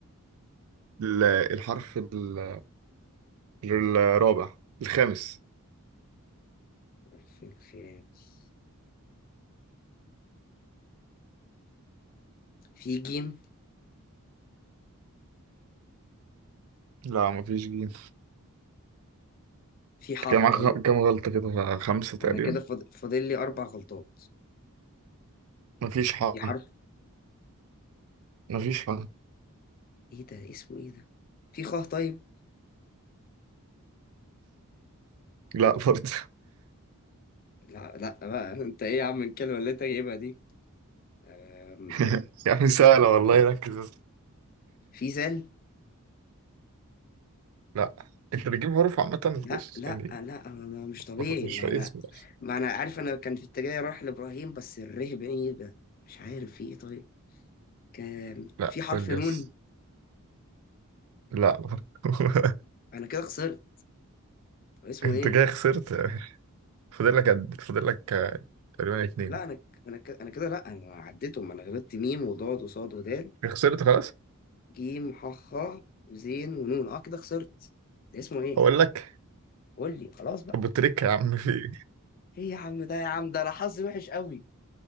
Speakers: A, on the right; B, on the left.
A: ال- الحرف ال- الرابع الخامس
B: حرف الخامس في ج
A: لا مفيش جيم
B: في ح
A: كام
B: طيب
A: عخ- كام غلطة كده خمسة تقريبا
B: انا كده فاض- فاضل لي اربع غلطات
A: مفيش ح
B: في حرف
A: مفيش ح
B: ايه ده اسمه ايه ده في خ طيب
A: لا برضه
B: لا لا بقى <laughs> انت ايه يا عم الكلمه اللي انت جايبها دي أم،
A: <laughs> يعني سهلة والله ركز بس
B: في زل
A: لا انت بتجيب حروف عامة
B: لا
A: بص
B: لا
A: يعني
B: لا ما ما- مش طبيعي
A: ما فكرش
B: ما
A: في
B: انا
A: اسمي أصلا
B: ما انا عارف انا كان في اتجاهي اروح لابراهيم بس الره بعيد ده مش عارف في ايه طيب كان
A: لا
B: في حرف
A: قول لي
B: نون
A: بس لا ما فكر- <laughs>
B: انا كده خسرت طب اسمه
A: انت
B: ايه
A: جاي خسرت فاضل لك قد فاضل لك آه، تقريبا اتنين
B: لا انا ك- انا ك- انا كده لا انا عديتهم انا غلطت ميم وضاد وصاد ودال
A: خسرت خلاص
B: جيم ح خ زين ونون اه كده خسرت اسمه ايه
A: هقول لك
B: قول لي خلاص بقى
A: ابو تريكة يا عم في
B: ايه يا عم ده يا عم ده انا حظي وحش قوي